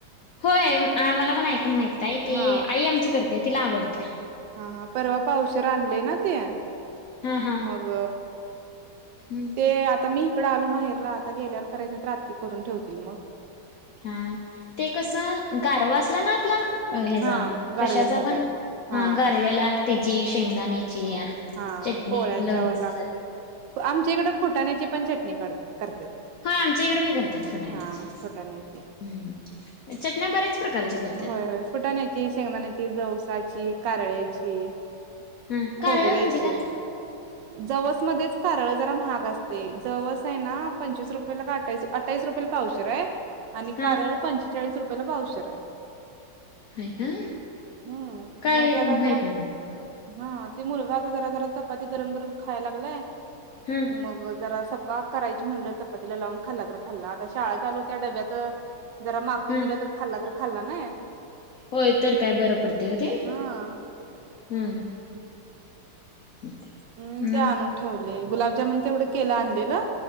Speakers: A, on the left; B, on the right.
A: होय आय मला पण ऐकून माहित आहे ती,
B: हा
A: आई आमची करते तिला आवडते.
B: हा हा परवा पावशर आणले ना ते
A: हा हा
B: मग
A: हम्म.
B: ते आता मी इकडें आलो माहेरला, आता गेल्यावर करायचं तर आत्ती करून ठेवतील मग.
A: हा ते कसं गार असला ना आपला अ हे
B: हा
A: जा
B: गारव्याला
A: कशाचा
B: नेत्यात.
A: पण
B: हा
A: गारव्याला तेजी शेंगदाणे चीया
B: हा
A: चटणी
B: पोळ्यांच्या
A: लोणच
B: वर लागते. आमच्या इकडं फुटाण्याची पण चटणी करत्यात
A: हा आमच्या इकडे बी करत्यात फुटाण्याची
B: हा फुटाण्याची.
A: हम्म चटण्या बऱ्याच प्रकारच्या करत्यात
B: होय होय फुटाण्याची शेंगदाण्याची जवसाची कारळाची
A: हा कारळ
B: खोबऱ्याची
A: म्हणजे काय
B: जवस मध्येच कारळ जरा महाग असतयं जवस आहे ना पंचवीस रुपयेला का वाटायचं अठ्ठावीस रुपयेला पावशेर आहे आणि
A: हा
B: कारळ पंचेचाळीस रुपयेला पावशेर आहे
A: हा आहे का
B: हम्म
A: काय
B: मग ते आता जरा
A: माहित नाही
B: हा ते मुलगा आता जरा जरा चपाती गरम गरम खायला लागलाय
A: हा
B: मग जरा बा करायची म्हणलं चपातीला लावून खाल्ला तर खाल्ला आता शाळा चालू होत्या डब्यात जरा माकून
A: हा
B: दिला तर खाल्ला तर खाल्ला नई
A: होय तर काय बरं पडते हो ते हम्म
B: हा
A: <inaudible>
B: हम्म ते
A: मग
B: आणून ठेवलंय गुलाबजामुन तेवढं केलं आणलेलं